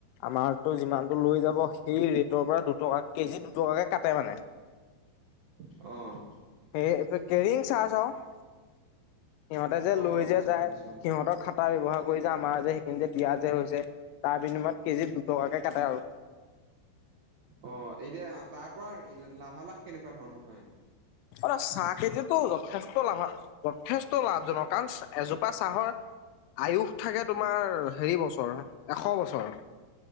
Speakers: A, on the left (about 80°); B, on the right (about 75°).
A: আমাৰতো যিমানতটো লৈ যাব সেই ৰেটৰ পৰা দুটকা কেজি দুটকাকে কাটে মানে।
B: অ'
A: কেৰিয়ং চাৰ্জ আৰু সিহঁতে যে
B: অ',
A: লৈ
B: গম পাইছো
A: যে যায়
B: গম পাইছো
A: সিহঁতৰ কটা ব্যৱহাৰ কৰি যে আমাৰ যে সেইখিনি যে দিয়া যে হৈছে তাৰ বিনিময়ত কেজিত দুটকাকৈ কাটে আৰু।
B: অ' এতিয়া তাৰ পৰা লাভালাভ কেনেকুৱা ধৰণৰ হয়?
A: অ' চাহ কেজিতো যথেষ্ট লাভ যথেষ্ট লাভজনক কাৰণ এজোপা চাহৰ আয়ুস থাকে তোমাৰ হেৰি বছৰ এশ বছৰ।